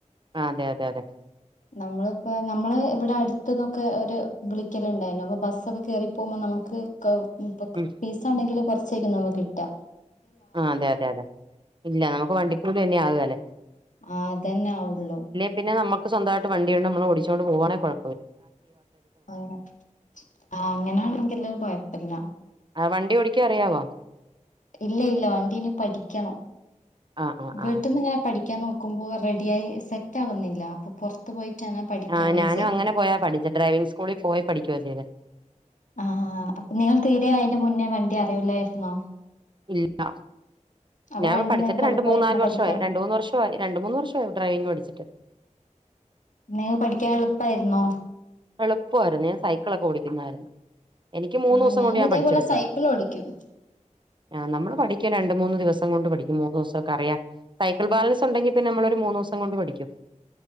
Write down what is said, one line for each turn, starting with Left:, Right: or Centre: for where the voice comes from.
Right: ആഹ് അതെ അതെ അതെ
Left: നമ്മളിപ്പ നമ്മള് ഇവിട അടു ത്തുന്നൊക്കെ ഒര് വിളിക്കലിണ്ടായിരുന്ന് അപ്പൊ ബസ്സൊക്കെ കേറി പോവുമ്പോ നമുക്ക് കൗ <unintelligible>
Right: ഉം
Left: ഫീ ച്ചാണെങ്കിലും കുറച്ചേയ്ക്കും നമ്മ‌ക്കിട്ടാ
Right: ആഹ് അതെ അതെ അതെ ഇല്ല നമുക്ക് വണ്ടിക്കൂലി തന്നെ ആകേല്ലേ
Left: ആഹ് അതന്നെ ആവുള്ളു
Right: പിന്നെ നമ്മക്ക് സ്വന്തായിട്ട് വണ്ടി ഇണ്ടേ നമ്മളോടിച്ചോണ്ട് പോവാണേ കൊഴ
Left: ആഹ് <unintelligible> ആഹ് അങ്ങനാണെങ്കില് കൊഴപ്പില്ല
Right: ആഹ് വണ്ടി ഓടിക്കാ അറിയാവോ
Left: ഇല്ല ഇല്ല വണ്ടി ഇനി പഠിക്കണം
Right: ആ ആ
Left: വീട്ടിന്ന്
Right: ആ
Left: ഇങ്ങനെ പഠിക്കാൻ നോ ക്കുമ്പോ റെഡിയായി സെറ്റാവുന്നില്ല അപ്പൊ പൊറത്ത് പോയിട്ടാണ് പഠിക്കാന്ന്
Right: ആഹ് ഞാനും
Left: വിചാരിക്കും
Right: അങ്ങനെ പോയാ പഠിച്ചെ ഡ്രൈവിംങ് സ്കൂളി പോയി പഠിക്കുവാ ചെയ്തെ
Left: ആഹ് അപ്പൊ നിങ്ങള് തീരെ അയിന്റെ മുന്നേ വണ്ടി അറിയൂല്ലായിരുന്നോ
Right: ഇല്ല
Left: അപ്പൊ
Right: ഞാനിപ്പൊ
Left: വണ്ടി
Right: പഠിച്ചിട്ട്
Left: നിനക്ക്
Right: രണ്ട്
Left: എളുപ്പായിരുന്നോ
Right: മൂന്നാല് വർഷായി
Left: പഠിക്കാന്?
Right: രണ്ട്മൂന്ന് വർഷം രണ്ട് മൂന്ന് വർഷായി ഡ്രൈവിംങ് പഠിച്ചിട്ട്
Left: ന്നേ പഠിക്കാൻ എളുപ്പായിരുന്നോ
Right: എളുപ്പായിരുന്നു ഞാൻ സൈക്കിളക്ക ഓടിക്കുന്നതായിരുന്ന് എനിക്ക് മൂന്നൂസം
Left: ആഹ് ഞാനും
Right: കൊണ്ട് ഞാൻ
Left: ഇതേപോലെ
Right: പഠിച്ചെടുത്ത്
Left: സൈക്കിൾ ഓടിക്കും.
Right: ആഹ് നമ്മള് പഠിക്കാ രണ്ട് മൂന്ന് ദിവസം കൊണ്ട് പഠിക്കും മൂന്ന് ദിവസോക്കെ അറിയാൻ സൈക്കിൾ ബാലൻസ് ഉണ്ടെങ്കിപിന്നമ്മളൊരു മൂന്നൂസം കൊണ്ട് പഠിക്കും